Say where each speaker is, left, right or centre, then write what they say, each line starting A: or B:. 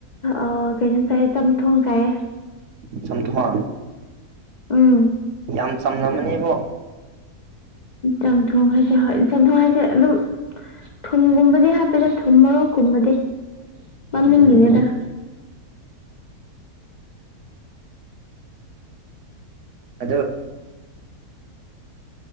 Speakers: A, on the left; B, on the right.
A: ꯑ ꯀꯩꯅꯣ ꯆꯥꯏ ꯆꯝꯊꯣꯡ ꯆꯥꯏꯌꯦ
B: ꯆꯝꯊꯣꯡ
A: ꯎꯝ
B: ꯌꯥꯝ ꯆꯝꯂꯝꯃꯅꯦꯕꯣ
A: ꯆꯝꯊꯣꯡ ꯍꯥꯏꯁꯦ ꯍꯣꯏ ꯆꯝꯊꫭꯡ ꯍꯥꯏꯁꯦ ꯑꯗꯨꯝ ꯊꯨꯝꯒꯨꯝꯕꯗꯤ ꯍꯥꯞꯄꯦꯗꯥ ꯊꯨꯝ ꯃꯣꯔꯣꯛꯀꯨꯝꯕꯗꯤ ꯃꯃꯤꯡꯒꯤꯅꯦꯗ
B: ꯎꯝ ꯑꯗꯣ